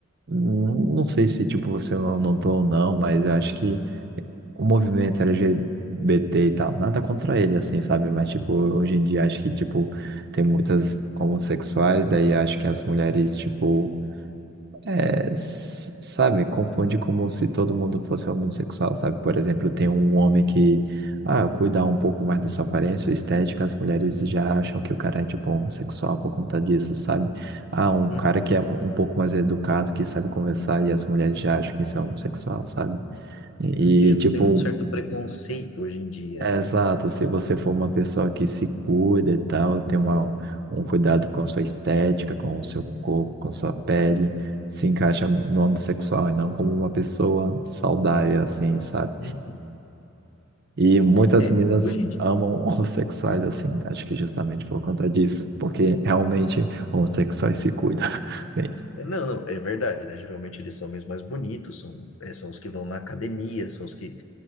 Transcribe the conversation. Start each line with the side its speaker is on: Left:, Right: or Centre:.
Right: hum, não sei se, tipo, você notou ou não, mas eu acho que o movimento LGBT e tal, nada contra ele, assim, sabe? Mas, tipo, hoje em dia acho que, tipo, tem muitas homossexuais, daí acho que as mulheres, tipo É, s- sabe, confunde como se todo mundo fosse homossexual, sabe? Por exemplo, tem um homem que, ah, cuida um pouco mais da sua aparência estética, as mulheres já acham que o cara é, tipo, homossexual por conta disso, sabe? Ah, um
Left: Uhum,
Right: cara que é um pouco mais educado, que sabe conversar, e as mulheres já acham que isso é homossexual, sabe? E,
Left: entendo,
Right: e, tipo,
Left: tem um certo preconceito hoje em dia,
Right: é,
Left: né?
Right: Exato, se você for uma pessoa que se cuida e tal, tem uma, um cuidado com sua estética, com o seu corpo, com sua pele, se encaixa no âmbito sexual e não como uma pessoa saudável, assim, sabe?
Left: Uhum.
Right: E muitas
Left: É,
Right: meninas
Left: hoje em dia.
Right: amam <laughs> homossexuais, assim, acho que justamente por conta disso, porque realmente homossexuais se cuidam. <laughs> Bem,
Left: Não, não, é verdade, né? Geralmente eles são mesmo mais bonitos, são, é, são os que vão na academia, são os que.